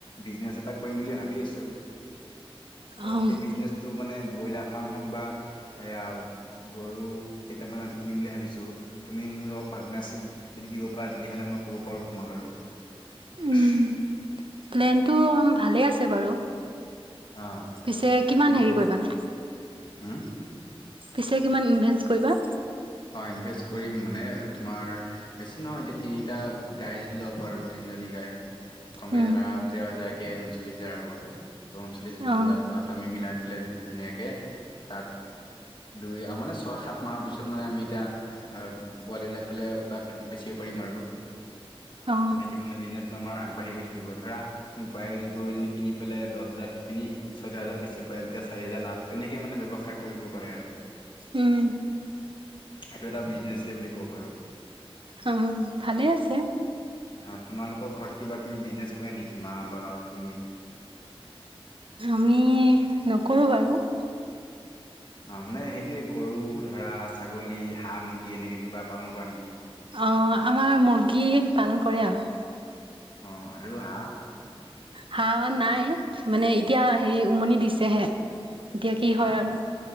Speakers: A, on the left (about 50°); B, on the right (about 60°).
A: বিজনেছ এটা কৰিম বুলি ভাবি আছো। ত'
B: অ',
A: সেই বিজনেচটো মানে ব্ৰইলাৰ ফাৰ্ম হওঁক বা এয়া গৰু কেইটামান আনি কিনিম বুলি ভাবিছোঁ। তুমি মোৰ লগত পাৰ্টনাৰশ্বিপ দিব পাৰা তেতিয়া হ'লে মই ক'ব পাৰো, তোমাক আৰু।
B: উম, প্লেনটো অকমান ভালে আছে বাৰু।
A: অহ'
B: পিছে কিমান
A: এনেই
B: হেৰি কৰিবানো?
A: উম।
B: পিছে কিমান ইনভেষ্ট কৰিবা।
A: হয় ইনভেষ্ট কৰিম মানে তোমাৰ বেছি নহয়, এতিয়া তিনিটা গাই যদি ল'ব পাৰো তিনিজনী গাই। কমে
B: উম,
A: ধৰা তেৰ হাজাৰকে ঊনচল্লিশ হাজাৰ হ'ব। ঊনচল্লিশ
B: অ',
A: হাজাৰ টকাটো আমি মিলাই <unintelligible> ধুনীয়াকে, তাত দুই মানে ছয় সাত মাহৰ পিছত মানে আমি এতিয়া অহ, পোৱালি উলিয়াই পেলাই, তাক বেচিব পাৰিম আৰু।
B: অ',
A: তেনেকে মানে বিজনেছটো আমাৰ আগবাঢ়ি গৈ থাকিব। ধৰা গাই গৰুজনী কিনি পেলাই দহ হাজাৰ কিনি চৈধ্য হাজাৰত বেছি পাৰে। তেতিয়া চাৰি হোজাৰ লাভ তেনেকে মানে ব্যৱসায় কৰিব পাৰে আৰু।
B: উম,
A: এইটো এটা বিজনেচে বুলি কব পাৰোঁ।
B: অ', ভালে আছে।
A: অ তোমালোকৰ ঘৰত কিবা কিবি বিজনেছ কৰে নেকি মা বা তুমি।
B: আমি নকৰোঁ বাৰু।
A: অহ' মানে সেইটোৱে গৰু ধৰা, ছাগলী, হাঁহ-মুৰ্গী এনেকে কিবা পালন কৰা নেকি?
B: অ', আমাৰ মুৰ্গী পালন কৰে আৰু।
A: অহ' আৰু হাঁহ।
B: হাঁহ আমাৰ নাই। মানে এতিয়া হেৰি উমনি দিছেহে। এতিয়া কি
A: হা
B: হয় আৰু